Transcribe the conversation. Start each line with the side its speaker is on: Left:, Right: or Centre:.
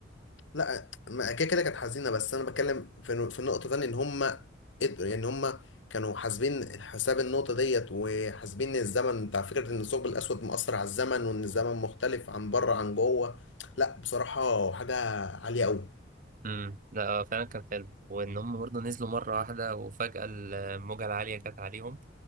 Left: لا ما كده كده كانت حزينه بس انا بتكلم في نو- في النقطه تانية ان هم قدروا يعني هم كانوا حاسبين حساب النقطه ديت وحاسبين الزمن بتاع فكره ان الثقب الاسود مؤثر على الزمن وان الزمن مختلف عن بره عن جوه لا بصراحه حاجه عاليه قوي
Right: امم لا هو فعلا كان حلو وإن هم برضه نزلوا مرة واحدة وفجأة الموجة العالية جت عليهم